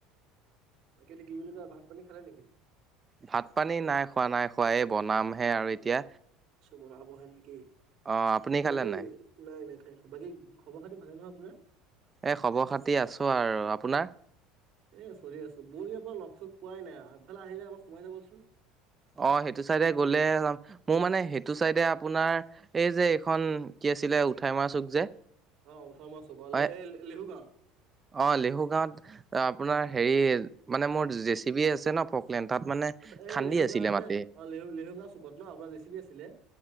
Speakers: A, on the right; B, on the right.
A: বাকীটো কি বুলি কয় ভাত পানী খালে নেকি
B: ভাত পানী নাই খোৱা নাই খোৱা। এ বনামহে আৰু এতিয়া।
A: বনাবহে নেকি?
B: অ', আপুনি খালে
A: বাকী
B: নাই?
A: নাই নাই। বাকী খবৰ খাতি ভালে নহয় আপোনাৰ?
B: এ খবৰ খাতি আছো আৰু আপোনাৰ
A: এ চলি আছো, বৌয়ে আপোনাৰ লগ চগ পোৱাই নাই আগফালে আহিলে এবাৰ সোমাই যাবচোন।
B: অ সেইটো চাইডে গলে, মই মানে সেইটো চাইডে আপোনাৰ এই যে এইখন কি আছিলে উঠাই মাৰ চুক যে
A: অ ওঠৰ মোৱা চুক অ
B: হয়
A: লে এ লিহু গাঁৱত
B: অ লেহু গাঁৱত আপোনাৰ হেৰি মানে মোৰ জেচি বি আছে ন ফকলেণ্ড তাত মানে
A: আতছা এই
B: খান্দি
A: লেহু
B: আছিলে
A: গাওঁ
B: মাটি
A: যে অ লেহু লেহু গাওঁ চুকত ন। আপোনাৰ জে চি পি আছিলে।